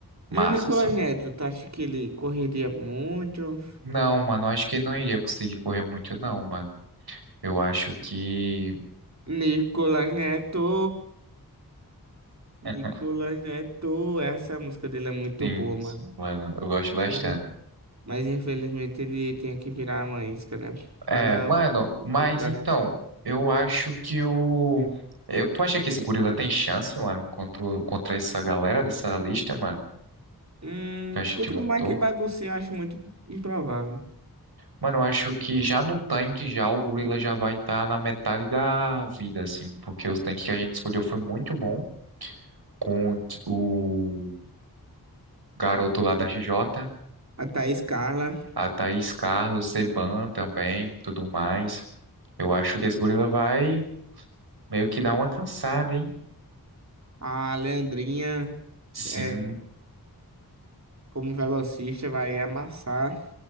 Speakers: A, on the right; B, on the right.
A: massa
B: E o Nicolas
A: essa luta.
B: Neto, tu acha que ele correria muito?
A: Não, mano, eu acho que ele não iria conseguir correr muito, não, mano. Eu acho que.
B: Nicolas Neto, Nicolas
A: <laughs>
B: Neto, essa música dele é muito
A: Sim,
B: boa,
A: sim,
B: mano.
A: mano, eu gosto bastante.
B: Mas, in- mas infelizmente ele tinha que virar uma isca, né?
A: É,
B: Para
A: mano,
B: o futuro
A: mas
B: da
A: então,
B: nação.
A: eu acho que o. eu- tu acha que esse gorila tem chance, mano, contra, contra essa galera dessa lista, mano,
B: Hum,
A: que a gente
B: contra
A: montou?
B: o Mike Baguncinho, eu acho muito improvável.
A: Mano, eu acho que já no tanque, já o gorila já vai estar na metade da vida, assim, porque os tanques que a gente escolheu foi muito bom, com o, o garoto lá da RJ,
B: A Thaís Carla,
A: a Thaís Carlos, Seban também, tudo mais. Eu acho que esse gorila vai meio que dar uma cansada, hein?
B: a Leandrinha,
A: Sim.
B: é, como velocista, vai amassar